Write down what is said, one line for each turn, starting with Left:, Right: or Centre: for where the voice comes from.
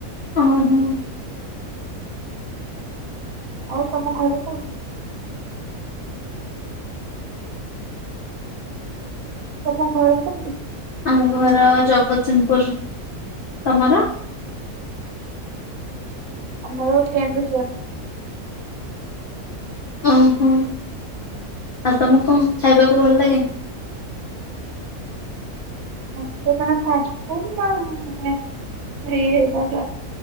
Left: ହଁ ହୁଁ।
Right: ଆଉ ତମ ଘର କୋଉଠି? ତମ ଘର କୋଉଠି?
Left: ଆମ ଘର ଜଗତସିଂହପୁର ତମର?
Right: ଆମର କେନ୍ଦୁଝର।
Left: ଓହୋ ଆଉ ତମକୁ କଣ ଖାଇବାକୁ ଭଲ ଲାଗେ?
Right: ଏମିତି ମାନେ ଫାଷ୍ଟ ଫୁଡ୍ ନା ମାନେ ଇଏ ବଜ